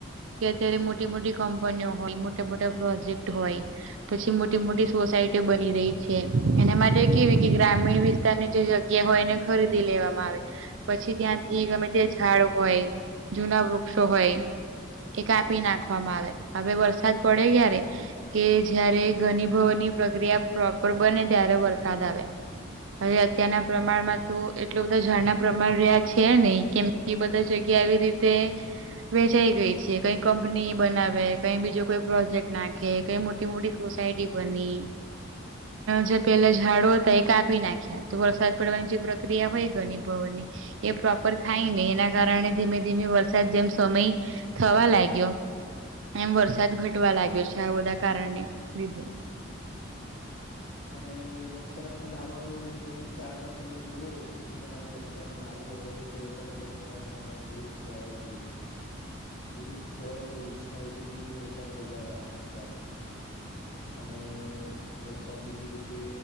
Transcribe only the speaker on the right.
કે અત્યારે મોટી મોટી કંપનીઓ હોય મોટા મોટા પ્રોજેક્ટ હોય પછી મોટી મોટી સોસાયટીઓ બની રહી છે એના માટે કેવી કે ગ્રામીણ વિસ્તારની જે જગ્ય જગ્યા હોય એને ખરીદી લેવામાં આવે. પછી ત્યાંથી ગમે તે ઝાડ હોય જૂના વૃક્ષો હોય એ કાપી નાખવામાં આવે હવે વરસાદ પડે ક્યારે? કે જયારે ઘણી ભવનની પ્રક્રિયા પ્રોપર બને ત્યારે વરસાદ આવે. હવે અત્યારના પ્રમાણમાં તો એટલ બધા જાણના પ્રમાણે રહ્યા છે નહી કેમ એ બધા જગ્યા આવી રીતે વેચાઈ ગઈ છે કઈ કંપની બનાવે કઈ બીજો કોઈ પ્રોજેક્ટ નાખે કઈ મોટ તે મોટી સોસાયટી બની જે <unintelligible> પેલા ઝાડુ હતા એ કાપી નાખ્યા તો વરસાદ પડવાની જે પ્ર ક્રિયા હોય ગણી ભવનની એ પ્રોપર થાય નને એના કારણે ધીમે ધીમે વરસાદ જેમ સમય થવા લાગ્યો એમ વરસાદ ઘટવા લાગ્યો છે આ બધા કારણે લીધે